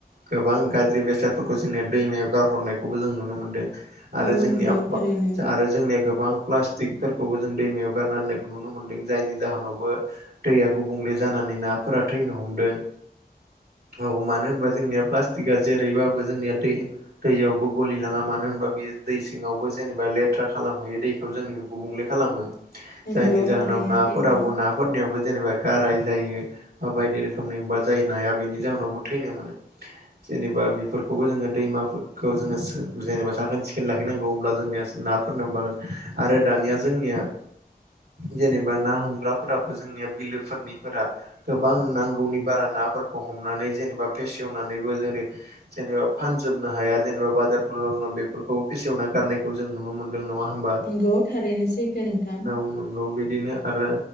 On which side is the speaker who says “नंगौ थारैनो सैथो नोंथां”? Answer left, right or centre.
Left